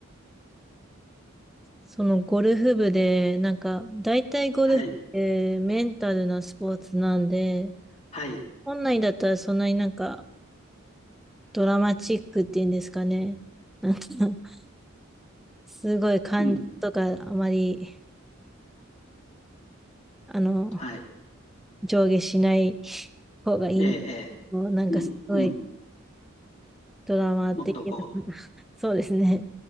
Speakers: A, in the centre; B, on the left.
A: そのゴルフ部で、なんか、大体ゴルフってメンタルなスポーツなんで、
B: はい、はい、
A: 本来だったらそんなになんかドラマチックっていうんですかね。なんか、<laughs> すごい感情とかあまり、
B: うん、
A: あの、
B: はい。
A: 上下しない方がいいんです
B: ええ、
A: けどなんかすごい
B: ええ、うん、うん。
A: ドラマ的な。
B: もっとこ
A: <laughs> そうですね。